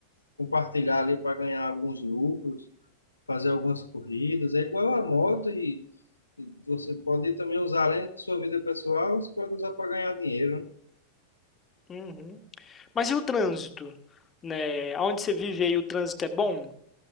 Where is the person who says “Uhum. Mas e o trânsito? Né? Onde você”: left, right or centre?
Left